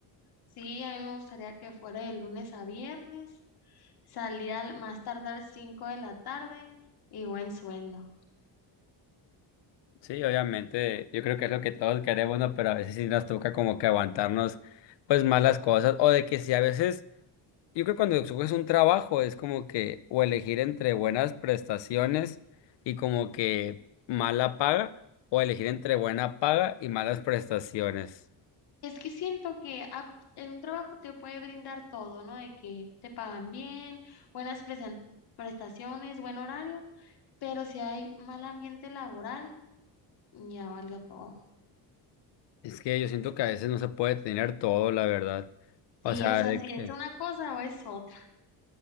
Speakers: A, on the left (about 60°); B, on the left (about 80°).
A: Sí, a mí me gustaría que fuera de lunes a viernes, salía al más tardar 5 de la tarde y buen sueldo.
B: Sí, obviamente, yo creo que es lo que todos queremos, ¿no? Pero a veces sí nos toca como que aguantarnos, pues, malas cosas, o de que si a veces, yo creo que cuando escoges un trabajo es como que, o elegir entre buenas prestaciones y como que mala paga, o elegir entre buena paga y malas prestaciones.
A: Es que siento que ap- en un trabajo te puede brindar todo, ¿no? De que te pagan bien, buenas presen- prestaciones, buen horario, pero si hay mal ambiente laboral, ya valió todo.
B: Es que yo siento que a veces no se puede tener todo, la verdad. O
A: Sí,
B: sea,
A: o sea,
B: de
A: si
B: que,
A: es una cosa o es otra.